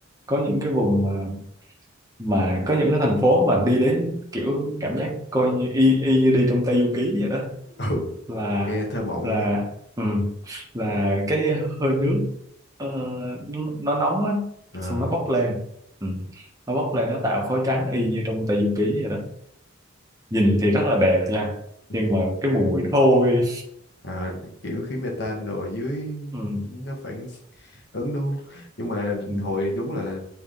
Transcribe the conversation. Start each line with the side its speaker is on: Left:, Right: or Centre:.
Right: có những cái vùng mà mà có những cái thành phố mà đi đến kiểu cảm giác coi như y, y như đi trong Tây Du Ký vậy đó
Left: <laughs> ừ
Right: là
Left: nghe thơ mộng
Right: là
Left: mà.
Right: ừ, là cái hơi nước ờ, nó nóng á
Left: Ờ.
Right: xong nó bốc lên ừ. nó bốc lên nó tạo khói trắng y như trong Tây Du Ký vậy đó nhìn thì rất là đẹp nha
Left: <laughs>
Right: nhưng mà cái mùi nó hôi
Left: à, kiểu khí mê rồi dưới
Right: ừ.
Left: nó phản ứng đúng không? nhưng mà
Right: Ừ.
Left: hồi đúng là